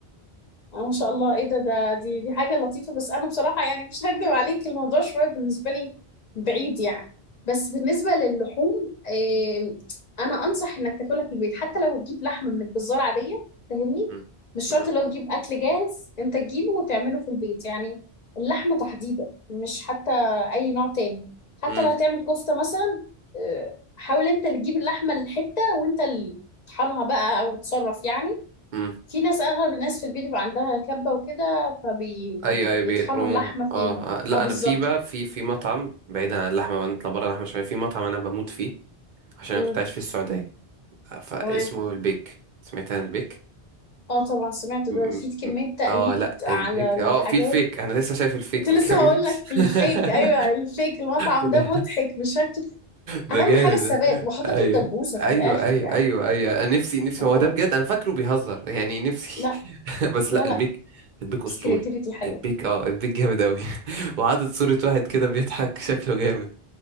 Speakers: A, on the left; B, on the right.
A: اه ما شاء الله ايه ده ده دي دي حاجة لطيفة بس انا بصراحة يعني مش هكدب عليك الموضوع شوية بالنسبة لي بعيد يعني بس بالنسبة للحوم إيه انا انصح انك تاكلها في البيت حتى لو هتجيب لحمة من الجزار عادية فاهمني
B: م-
A: مش شرط
B: م-
A: لو تجيب اكل جاهز انت تجيبه وتعمله في البيت يعني اللحمة تحديدا مش حتى اي نوع تاني حتى
B: م-
A: لو هتعمل كفتة مثلا إيه حاول انت اللي تجيب اللحمة الحتة وانت اللي تطحنها بقى او تصرف يعني
B: م.
A: في ناس اغلب الناس في البيت بيبقى عندها كبة وكده فبيطحنوا
B: ايوه ايوه بيفرموها
A: اللحمة
B: اه
A: فيها
B: آه، لا
A: اه بالظبط
B: انا في بقى في في مطعم بعيدا عن اللحمه بقى نطلع بره اللحمه شويه في مطعم انا بموت فيه عشان
A: امم
B: انا كنت عايش في السعوديه آه، فاسمه
A: تمام
B: البيك سمعت عن البيك
A: اه طبعا سمعت
B: م-
A: ده في كمية
B: م-
A: تقليد
B: اه لا
A: على
B: البيك
A: الحاجات
B: اه في الفيك انا لسه شايف الفيك
A: كنت
B: من
A: لسه
B: كام يوم
A: هقول لك
B: <laughs>
A: الفيك ايوه الفيك المطعم
B: ده
A: ده مضحك بشكل
B: ده
A: اهم
B: جامد
A: حاجة الثبات
B: ده
A: وحاطط
B: ايوه
A: له دبوسة في
B: ايوه
A: الاخر
B: ايوه
A: يعني
B: ايوه ايوه انا نفسي نفسي
A: هو
B: هو ده بجد انا فاكره بيهزر يعني نفسي
A: لا
B: <laughs> بس
A: لا
B: لا البيك
A: لا
B: البيك
A: بس
B: اسطوري
A: كرياتيفيتي حلوة
B: البيك اه البيك جامد قوي وعاطط <laughs> صورة واحد كده بيضحك شكله جامد